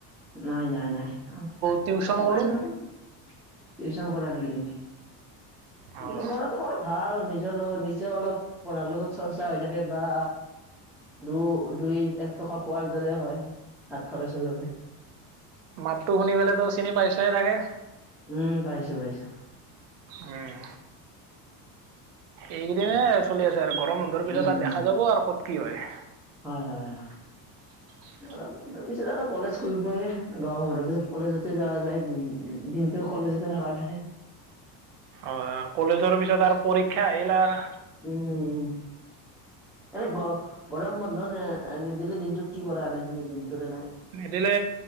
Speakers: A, in the centre; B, on the right.
A: নাই নাই নাই আমাৰ
B: টিউশ্যন কৰোঁ
A: নো আৰু কি টিউচন কৰা নেকি তুমি টিউশন
B: অঁ
A: কৰাটো বাৰু ভাল নিজৰ লগত নিজেও অলপ পঢ়াৰ লগত চৰ্চা হৈ থাকে বা দু দুই এক টকা পোৱাৰ দৰে হয় হাত খৰচৰ বাবে
B: মাতটো শুনি পেলাই তো চিনি পাইছয়ে চাগে
A: উম পাইছো পাইছো
B: উম এই কেইদিনে চলি আছে আৰু গট গৰমৰ বন্ধৰ পিছত
A: উম।
B: আৰ দেখা যাব আৰু ক'ত কি হয়
A: হয় হয় হয়
B: <inaudible>
A: গৰম বন্ধৰ পিছত আৰু কলেজ খুলবয়ে হে গৰম বন্ধৰ পিছত কলেজতে যাৱা যায় দি দিনটো কলেজতে থকাল থাকে
B: অ কলেজৰ পিছত আৰু পৰীক্ষা আহিল আৰ
A: উম উম এনে গৰম বন্ধ নিদিলে দিনটোত কি কৰা এনে তুমি দিনটোত এনাই
B: নদিলে